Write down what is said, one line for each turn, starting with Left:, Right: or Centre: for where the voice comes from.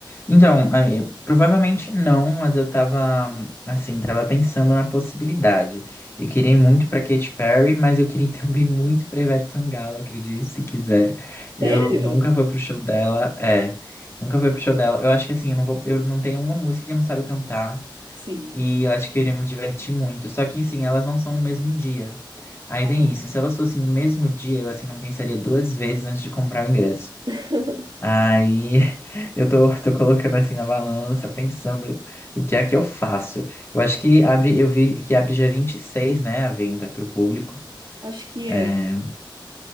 Left: Então, é, provavelmente não, mas eu tava, assim, tava pensando na possibilidade. Eu queria ir muito pra Katy Perry, mas eu queria <laughs> ir também muito pra Ivete Sangalo, acredite se quiser. Eu
Right: Sério?
Left: nunca fui pro show dela, é, nunca fui pro show dela. Eu acho que assim, eu não vou, eu não tenho uma música que eu não sabe cantar,
Right: Sim.
Left: e eu acho que eu iria me divertir muito. Só que, assim, elas não são no mesmo dia. Aí
Right: Ah,
Left: tem isso, se elas fossem no mesmo dia, eu, assim, não pensaria duas vezes antes de comprar o ingresso.
Right: <laughs>
Left: Aí <laughs> eu tô, tô colocando assim na balança, pensando o que é que eu faço. Eu acho que abre, eu vi que abre dia 26, né, a venda para o público.
Right: acho que
Left: É,
Right: é.